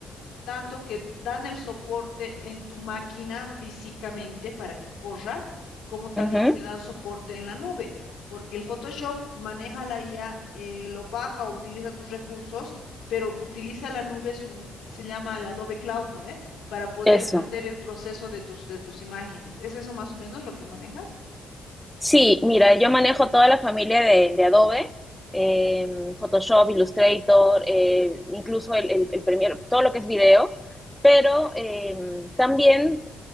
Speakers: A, on the left; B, in the centre.
A: tanto que dan el soporte en tu máquina físicamente para que corra, como también
B: ujú,
A: se dan soporte en la nube, porque el Photoshop maneja la IA, eh, lo baja o utiliza tus recursos. pero utiliza la nube, su, se llama el Adobe Cloud, ¿no ve? Para poder
B: Eso.
A: hacer el proceso de tus, de tus imágenes. ¿Es eso más o menos lo que manejas?
B: Sí, mira, yo manejo toda la familia de, de Adobe, eh, Photoshop, Illustrator, eh, incluso el, el, el Premiere, todo lo que es video, pero eh, también